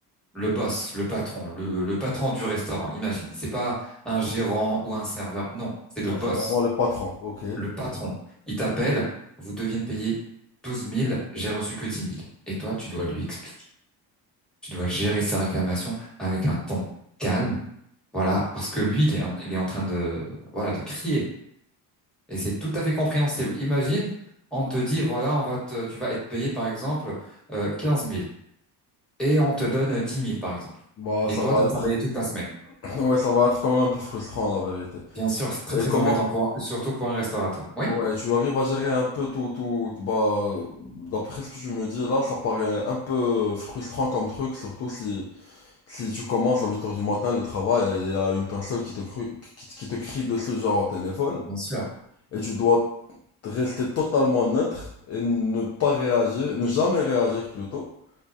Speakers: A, in the centre; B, on the left.
A: le boss, le patron, le, le patron du restaurant, imagine. C'est pas un gérant ou un serveur, non, c'est le
B: Ouais,
A: boss,
B: c'est carrément le patron. Ok,
A: le patron.
B: ok.
A: Il t'appelle, vous deviez me payer douze mille. j'ai reçu que dix mille. Et toi, tu dois lui expliquer. Tu dois gérer sa réclamation avec un ton calme. Voilà, parce que lui, il est en, il est en train de, voilà, de crier. Et c'est tout à fait compréhensible. Imagine, on te dit, voilà, on va te, tu vas être payé, par exemple, euh, 15 000 et on te donne 10 000, par exemple.
B: Bah,
A: Et
B: ça
A: toi,
B: va
A: tu as travaillé
B: être,
A: toute la semaine.
B: <laughs> <clears throat> ouais, ça va être quand même un peu frustrant, la vérité.
A: Bien sûr, c'est très,
B: Et
A: très
B: comment,
A: embêtant, pour, surtout pour un restaurateur. Oui,
B: ouais, tu arrives à gérer un peu tout, tout, bah, d'après ce que tu me dis, là, ça paraît un peu frustrant comme truc, surtout si, Si tu commences à huit heures du matin le travail et il y a une personne qui te, cru- qui, qui te crie de ce genre au téléphone
A: bien sûr.
B: et tu dois rester totalement neutre et ne pas réagir, ne jamais réagir plutôt